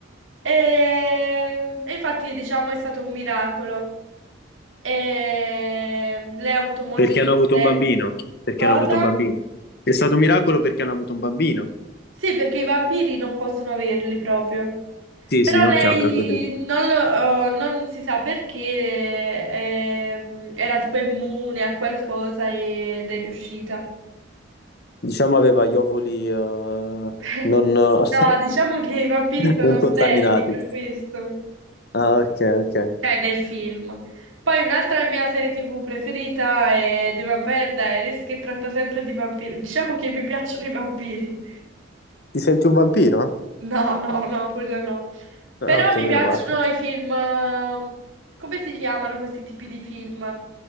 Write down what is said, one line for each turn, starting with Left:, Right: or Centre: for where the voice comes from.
Right: E, e infatti, diciamo, è stato un miracolo. E mm, lei ha avuto molti
Left: Perché
Right: problemi.
Left: hanno avuto un bambino. Perché
Right: Cosa?
Left: hanno avuto un bambino. È stato un miracolo perché hanno avuto un bambino.
Right: Sì, perché i vampiri non possono averli proprio.
Left: Sì,
Right: Però
Left: sì, ok,
Right: lei
Left: ok, ho capito.
Right: non, lo- oh, non si sa perché ehm, era tipo immune a qualcosa ed è riuscita.
Left: Diciamo aveva gli ovuli eh, non,
Right: <laughs>
Left: <laughs>
Right: No, diciamo che i vampiri sono
Left: non contaminati.
Right: sterili per questo,
Left: Ah, ok, ok.
Right: cioè nel film. Poi un'altra mia serie TV preferita è The Vampire Diaries che tratta sempre di vampiri. Diciamo che mi piacciono i vampiri.
Left: Ti senti un vampiro?
Right: No, no, no, quello no.
Left: Ah,
Right: Però
Left: ok,
Right: mi
Left: meno
Right: piacciono
Left: male.
Right: i film. ehm, Come si chiamano questi tipi di film?